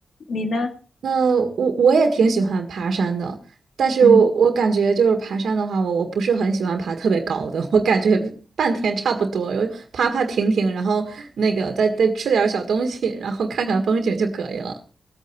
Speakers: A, on the left; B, on the right.
A: 你呢？
B: 那我我也挺喜欢爬山的，但是我我感觉就是爬山的话，
A: 嗯，
B: 我我不是很喜欢爬特别高的，<laughs> 我感觉半天差不多，有爬爬停停，然后那个再再吃点儿小东西，然后看看风景就可以了。